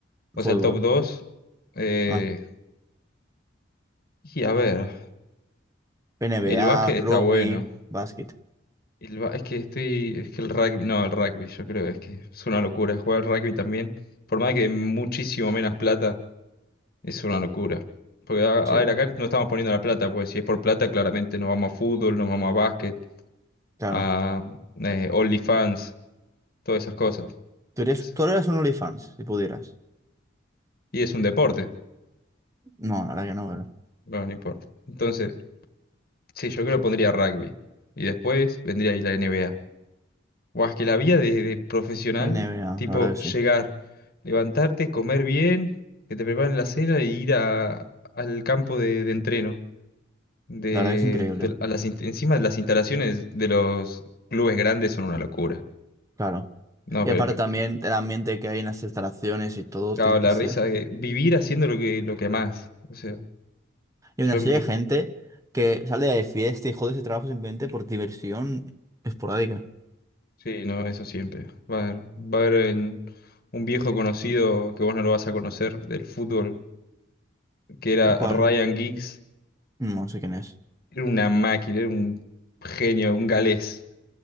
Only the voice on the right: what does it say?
Fútbol.
Ah,
NBA,
rugby,
básquet.
Sí,
claro.
¿Tú eres,
tú eres un OnlyFans, si pudieras?
No, ahora que no,
NBA,
la verdad que
sí.
La verdad que es increíble,
claro.
Y
aparte
también el ambiente que hay en las instalaciones y todo
tiene
que ser.
Y
una serie de gente que sale de fiesta y jode ese trabajo simplemente por diversión esporádica.
¿Cuál?
No sé quién es.